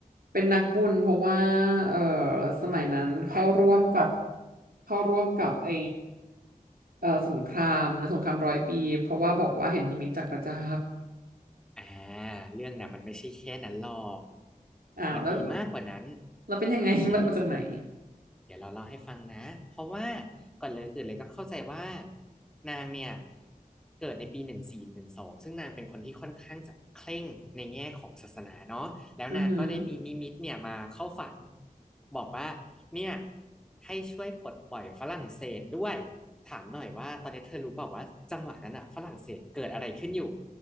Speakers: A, on the right; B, in the centre.
A: เป็นนักบุญเพราะว่าเออสมัยนั้นเข้าร่วมกับเข้าร่วมกับไอเออสงครามนะสงครามร้อยปีเพราะว่าบอกว่าเห็นนิมิตจากพระเจ้า
B: อ่าเรื่องน่ะมันไม่ใช่แค่นั้นหรอก
A: อ้าวแล้ว
B: มันมีมากกว่านั้น
A: เราเป็นยังไง
B: อ่ะเดี๋ยว
A: <laughs> มามาจากไหน
B: เดี๋ยวเราเล่าให้ฟังนะเพราะว่าก่อนเลยอื่นเลยต้องเข้าใจว่านางเนี่ยเกิดในปีหนึ่งสี่หนึ่งสองซึ่งนางเป็นคนที่ค่อนข้างจะเคร่งในแง่ของศาสนาเนาะแล้วนางก็ได้มีนิมิตเนี่ยมาเข้าฝัน
A: อือหือ
B: บอกว่าเนี่ยให้ช่วยปลดปล่อยฝรั่งเศสด้วยถามหน่อยว่าตอนนี้เธอรู้เปล่าว่าจังหวะนั้นอะฝรั่งเศสเกิดอะไรขึ้นอยู่